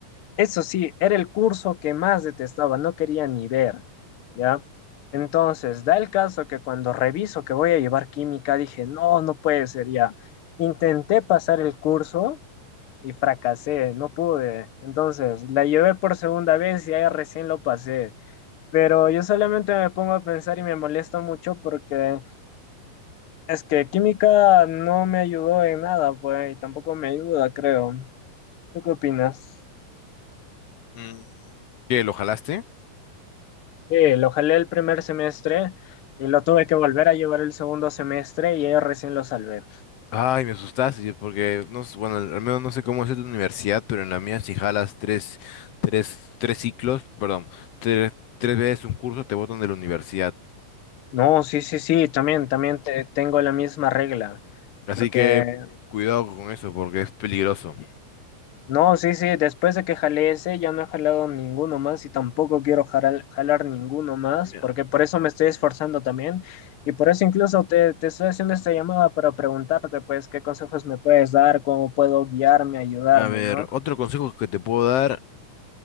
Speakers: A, on the left (about 85°); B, on the left (about 70°).
A: Eso sí, era el curso que más detestaba, no quería ni ver, ¿ya? Entonces, da el caso que cuando reviso que voy a llevar química, dije, no, no puede ser ya. Intenté pasar el curso y fracasé, no pude. Entonces, la llevé por segunda vez y ahí recién lo pasé. Pero yo solamente me pongo a pensar y me molesta mucho porque es que química no me ayudó en nada, pues, y tampoco me ayuda, creo. ¿Tú qué opinas?
B: Mm, ¿Qué, lo jalaste?
A: Sí, lo jalé el primer semestre y lo tuve que volver a llevar el segundo semestre y ahí recién lo salvé.
B: Ay, me asustaste, porque no, s- bueno, al al menos no sé cómo es en tu universidad, pero en la mía si jalas tres, tres, tres ciclos, perdón, tres, tres veces un curso te botan de la universidad.
A: No, sí, sí, sí, también, también te- tengo la misma regla.
B: Así
A: Porque,
B: que cuidado con eso, porque es peligroso.
A: no, sí, sí, después de que jalé ese ya no he jalado ninguno más y tampoco quiero jalar, jalar ninguno más,
B: Mira,
A: porque por eso me estoy esforzando también y por eso incluso te, te estoy haciendo esta llamada para preguntarte, pues, qué consejos me puedes dar, cómo puedo guiarme, ayudarme,
B: A ver,
A: ¿no?
B: otro consejo que te puedo dar,